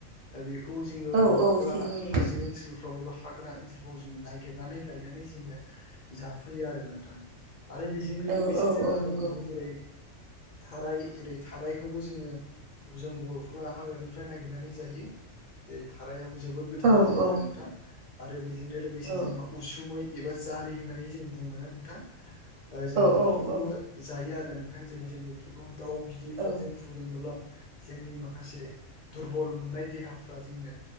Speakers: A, on the left; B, on the right.
A: दा बेखौबो जोङो
B: औ
A: बर'फ्रा
B: औ सिब्रु मैगं
A: हाजो ओनसोल फ्राव एबा हाग्रा ओनसोलफ्राव जोङो नायगिरनानै लायनानै जोङो जाफैयो आरो नोंथां। आरो बेजोंनो
B: औ
A: लोगोसे
B: औ
A: जोंहा
B: औ
A: दंबावो
B: नंगौ
A: जेरै थाराय जेरै थारायखौबो जोङो जों बर'फ्रा हाग्रानिफ्राय नायगिरनानै जायो जेरै थारायाबो जोबोर गोथाव
B: औ
A: जायो
B: औ
A: आरो नोंथां आरो बेजोंनो लोगोसे
B: औ
A: जोंहा उसुमै एबा जारि होननानै जों बुङोना नोंथां ओ जों
B: औ
A: बिफोरखौबो
B: औ औ
A: जायो आरो नों थां जेरै जों बिफोरखौ दाउ बिदैफोरजों
B: औ
A: फुदुङोब्ला जोंनि माखासे दुरबल मोननाय देहाफ्रा जोङो